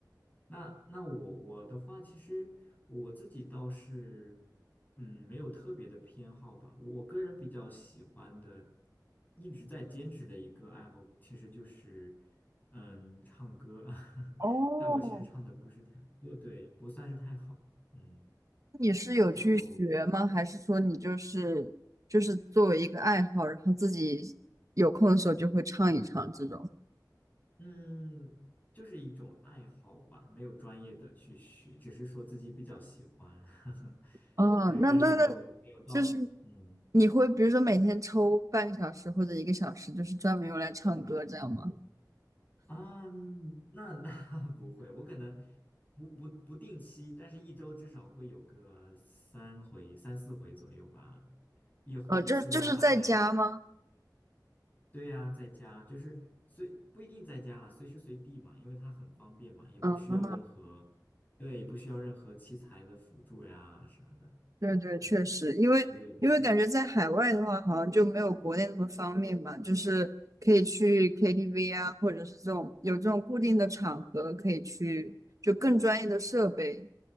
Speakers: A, on the left; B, on the right.
A: 那那我我的话，其实我我自己倒是，嗯，没有特别的偏好吧。我个人比较喜欢的，一直在坚持的一个爱好，其实就是，嗯，唱歌。<laughs>
B: 哦，
A: 但我其实唱的不是太，对对，不算是太好，嗯。
B: 你是有去学吗？
A: 就。
B: 还是说你就是就是作为一个爱好，然后自己有空的时候就会唱一唱这种？
A: 嗯，就是一种爱好吧，没有专业的去学，只是说自己比较喜欢，<laughs> 呵呵
B: 哦，
A: 对，
B: 那那那，
A: 但是没有没有到，
B: 就是
A: 嗯
B: 你会比如说每天抽半个小时或者一个小时，就是专门用来唱歌这样吗？
A: 啊，那那 <laughs> 不会，我可能不不不定期，但是一周至少会有个三回三四回左右吧，一回一次的话大概，
B: 哦，就就是在家吗？
A: 对呀，在家就是随不一定在家了，随时随地嘛，因为它很方便嘛，也不需要任何，
B: 嗯，
A: 对，也不需要任何器材的辅助呀啥的。
B: 对对，
A: 对
B: 确实，因为因为感觉在海外的话，
A: 对对对，
B: 好像就没有国内那么方便吧，就是可以去 KTV 啊，或者是这种有这种固定的场合可以去，就更专业的设备，